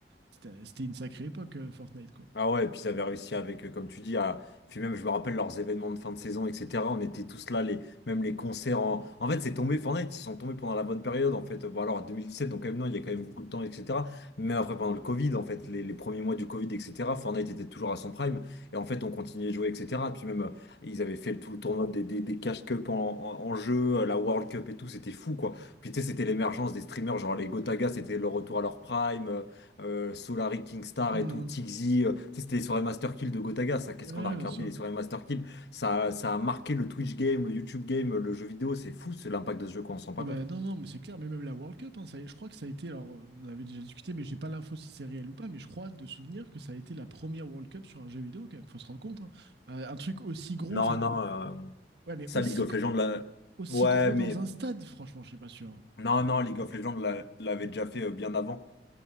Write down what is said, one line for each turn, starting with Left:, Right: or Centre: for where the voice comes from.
Right: c'était, c'était une sacrée époque, euh, Fortnite, quoi.
Left: Ah ouais, et puis ils avaient réussi avec, euh, comme tu dis, à... Puis même, je me rappelle leurs événements de fin de saison, etc. On était tous là, les... même les concerts en... En fait, c'est tombé, Fortnite, ils sont tombés pendant la bonne période, en fait. Bon, alors, 2017, donc quand même, non, il y a quand même beaucoup de temps, etc. Mais après, pendant le Covid, en fait, les, les premiers mois du Covid, etc., Fortnite était toujours à son prime. Et en fait, on continuait de jouer, etc. Puis même, euh, ils avaient fait tout le tournoi des, des, des Cash Cup en, en- en jeu, euh, la World Cup et tout, c'était fou, quoi. Puis tu sais, c'était l'émergence des streamers, genre les Gotaga, c'était le retour à leur prime. euh, euh, Solari, Kingstar
Right: Mhm.
Left: et tout, Tixi. euh, tu sais, c'était les soirées Master Kill de Gotaga, ça. Qu'est-ce
Right: Ouais,
Left: qu'on a regardé,
Right: bien sûr.
Left: les soirées Master Kill? Ça, ça a marqué le Twitch game, le YouTube game, le jeu vidéo. C'est fou, c'est l'impact de ce jeu, qu'on on s'en rend pas
Right: Ah bah
Left: compte.
Right: non, non, mais c'est clair, mais même la World Cup, hein, ça- a- je crois que ça a été, alors on en avait déjà discuté, mais j'ai pas l'info si c'est réel ou pas, mais je crois de souvenir que ça a été la première World Cup sur un jeu vidéo quand même, faut se rendre compte. hein. Euh, un truc aussi gros,
Left: Non,
Right: enfin,
Left: non. euh,
Right: ouais, mais
Left: Ça,
Right: aussi
Left: League of
Right: gros,
Left: Legends, là...
Right: aussi
Left: ouais,
Right: gros
Left: mais
Right: dans un stade, franchement, je suis pas sûr. hein.
Left: non, non, League of Legends l'a- l'avait déjà fait euh, bien avant.